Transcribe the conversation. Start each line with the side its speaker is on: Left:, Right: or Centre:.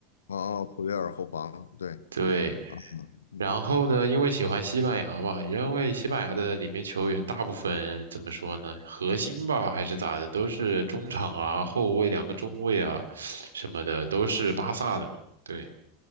Left: 哦哦，普约尔后防，对
Right: 对，
Left: 啊，嗯
Right: 然后呢，因为喜欢西班牙吧，因为西班牙的里面球员大部分怎么说呢，核心吧还是咋的，都是中场啊、后卫两个中卫啊什么的，都是巴萨的嘛。对，